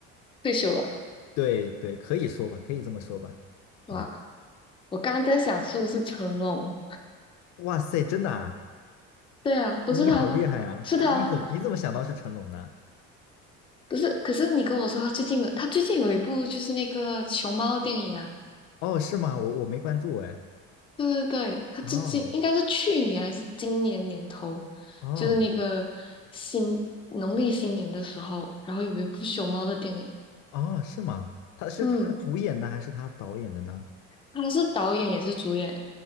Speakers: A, on the left; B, on the left.
A: 退休了，
B: 对对，可以说吧，可以这么说吧，
A: 吧？
B: 嗯。
A: 我刚刚在想是不是成龙？
B: 哇塞，真的啊！
A: 对啊，不是他吗？
B: 你好厉害呀！
A: 是他吗？
B: 你怎么你怎么想到是成龙的啊？
A: 不是，可是你跟我说他最近有，他最近有一部就是那个熊猫的电影啊。
B: 哦，是吗？我我没关注哎。
A: 对对对，他最近应该是去年还是今年年头，
B: 哦哦
A: 就是那个新农历新年的时候，然后有一部熊猫的电影。
B: 哦，是吗？他是他主演的还是他导演的呢？
A: 嗯，他是导演也是主演。